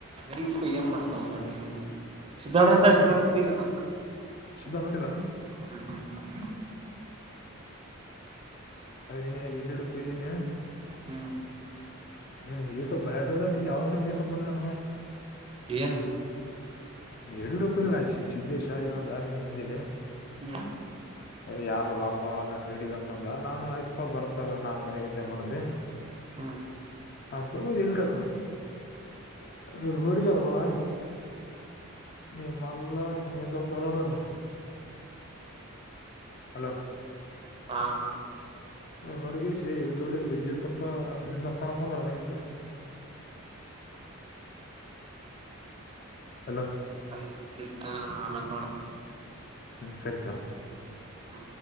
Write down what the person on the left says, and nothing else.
ಹ್ಮ್
ಸಿದ್ದ ನೋಡಿಲ್ಲಾನ
ಅದೇ ನೀನ್ನ ಈಡ್ಡು ಹ್ದೀನಿ
ಹ್ಮ್ ಈ ಸೊಪ್ ಬಯಾಡ್ಡ ನಿ ಯಾವ ನೀ ಸೊಪ್ ಮಾಡ
ಎಡಡುಡಕ್ಕಿಲ್ಲ ಸಿದ್ದೇಶ ಏನಂದ ನಿನ್ನ ಮುಂಜೆ
ಯಾರ್ಲ ಬಾಪ ಹಿಡೀಗಂತಂದ ನಾನು ಆಯ್ತ್ ಪಾ ಬರ್ತ ನಾ ಮನೆಗ್ದೆ ಮಾಡಂದೆ
ಅಂತ ಎಡಿಟಕ ಇಲ್ಲಿ ರೋಡಿಗದಲ್ವಲಾ ನೀ ಮಾಲ್ಲ ಮ ಸ ಪಲ ರಟ್ರ ಹಲೋ
ನುಡುಗ ಸೇ ಬಿಡ್ಬಡಿದ ವೈದ್ಯತ್ಪ್ಪ ನಿನ್ನ ತಕೊಂಡರನ್ನಾಗಿದ್ರ ಅಲೋ
ಹ್ಮ್ ಸರಿತಾ